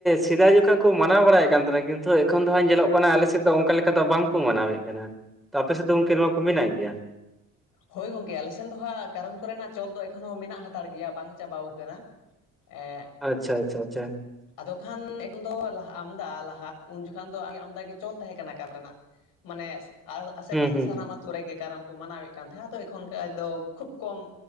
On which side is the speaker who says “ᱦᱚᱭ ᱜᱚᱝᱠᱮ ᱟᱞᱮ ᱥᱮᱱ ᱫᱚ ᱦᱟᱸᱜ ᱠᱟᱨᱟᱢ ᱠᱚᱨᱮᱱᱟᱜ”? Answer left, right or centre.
Left